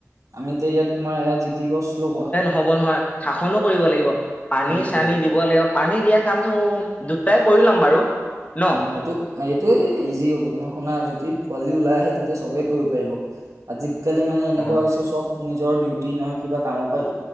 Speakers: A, on the right (about 80°); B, on the left (about 25°).
A: আমি এতিয়া ইয়াত তোমাৰ এ জিতি গছ্ল
B: হ'ব নহয় শাসনো কৰিব লাগিব পানী
A: সেইটোৱে
B: চানী দিব লাগিব পানী দিয়াক। কামটো দুটাই কৰি লম বাৰু ন
A: উম সেইটো এইটোয়ে ইজি হব তোমাৰ শুনা যদি যদি পোৱালি ওলাই আহে তেতিয়া সবে কৰিব পাৰিব আজিকালি মানে এনেকুৱা
B: অ
A: হৈছে চব। নিজৰ ডিউটি নহয় কিবা কামৰ পৰা